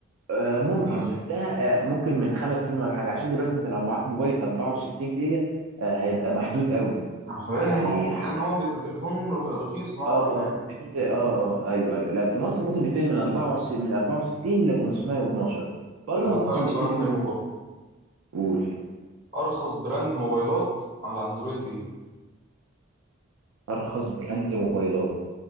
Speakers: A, on the right (about 75°); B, on the right (about 45°).
A: آه، ممكن
B: من 1000
A: بس ده آه، ممكن من خمس سنين ولا حاجه عشان دلوقتي انت لو معاك موبايل 64 جيجا آه، هيبقى محدود قوي
B: حاليا
A: يعني
B: موجود
A: حق
B: لأن هو بيبقى تليفون رخيص نوعا
A: اه
B: ما
A: اه دي كنت اه اه ايوه ايوه لا في مصر ممكن نبتدي من 24 من 64 ل 512 بره
B: طب هسألك
A: ممكن نبتدي
B: سؤال
A: من
B: حلو برضه
A: قول
B: ارخص براند موبايلات على اندرويد ايه
A: ارخص براند موبايلات